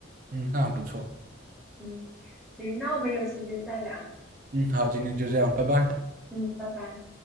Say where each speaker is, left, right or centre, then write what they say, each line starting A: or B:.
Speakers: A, on the right; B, in the centre.
A: 嗯，那不错。
B: 嗯，行，那我们有时间再聊。
A: 嗯，好，今天就这样，拜拜。
B: 嗯，拜拜。